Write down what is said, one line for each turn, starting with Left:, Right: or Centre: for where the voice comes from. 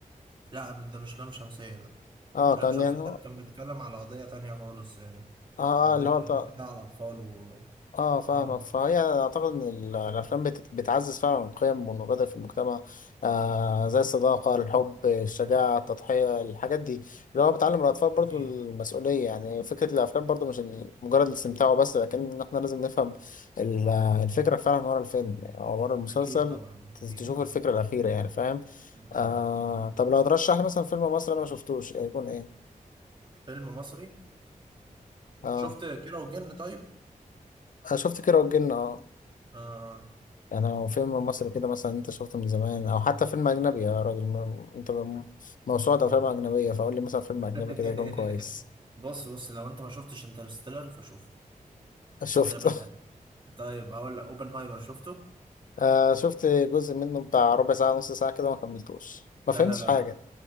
Right: لا من ده مش لام شمسية ده
Left: اه
Right: لام
Left: كان
Right: شمسية
Left: يعني
Right: ده كان بيتكلم على قضية تانية خالص يعني
Left: اه
Right: قضية
Left: اللي
Right: البيت
Left: هو بتاع
Right: ده على الأطفال و
Left: اه فاهمك
Right: اه
Left: فهي اعتقد ان ال- الافلام بت- بتعزز فعلا القيم والمبادئ في المجتمع آه زي الصداقه الحب الشجاعه التضحيه الحاجات دي اللي هو بتعلم الاطفال برضو
Right: أكيد
Left: المسؤوليه يعني فكره الافلام برضو مش ال- مجرد الاستمتاع بس لكن إن احنا لازم نفهم ال- الفكره فعلا ورا الفيلم او ورا المسلسل
Right: أكيد طبعا
Left: ت-
Right: أكيد
Left: تشوف
Right: اه
Left: الفكره الاخيره يعني فاهم
Right: مم. مم.
Left: آه طب لو ترشح لي مثلا فيلم مصري انا ما شفتوش يكون ايه
Right: فيلم مصري
Left: اه
Right: شفت كيرة والجن طيب؟
Left: آه، شفت كيرة والجن اه
Right: اه
Left: يعني لو فيلم مصري كده مثلا انت شفته من زمان او حتى فيلم اجنبي يا راجل ما- انت ب- موسوعة
Right: مم.
Left: افلام اجنبية فقول لي مثلا فيلم
Right: <laughs>
Left: اجنبي كده يكون كويس
Right: بص بص لو انت ما شفتش انترستيلر فشوفه
Left: شفته
Right: ده من الآخر طيب هقول لك اوبنهايمر شفته؟
Left: <laughs> آه شفت جزء منه بتاع ربع ساعة نص ساعة كده ما كملتوش ما
Right: لا
Left: فهمتش
Right: لا لا
Left: حاجة